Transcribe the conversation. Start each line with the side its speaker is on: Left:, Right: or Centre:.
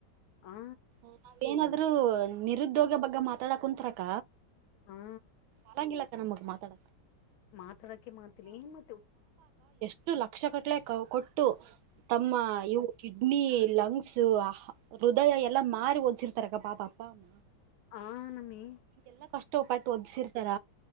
Left: ಆ.
Right: ನಾವ್ ಏನಾದ್ರು ನಿರುದ್ಯೋಗ ಬಗ್ ಮಾತಾಡ ಕುಂತರಕ.
Left: ಹಾ
Right: ಅರಂಗಿಲ್ಲಾಕ್ಕ ನಮಗೆ ಮಾತಾಡ.
Left: ಮಾತಾಡಕ್ಕೆ ಮಾತಿಲಿ ಏನ್ ಮಾ
Right: ಷ್ಟು ಲಕ್ಷ ಕಟ್ಲೆ ಕೊಟ್ಟು ತಮ್ಮ ಇವು. ನ್ನಿ ಲಂಗ್ಸ ಹೃದಯ ಎಲ್ಲಾ ಮಾರಿ ಓದ್ಸಿರ್ ತರಕ ಪಾಪ ಅಪ್ಪ ಅಮ್ಮ.
Left: ಆನಮೀ.
Right: ಎಲ್ಲಾ ಕಷ್ಟ ಪಾಟ್ಟು ಒಓದ್ಸಿರ್ತಾರ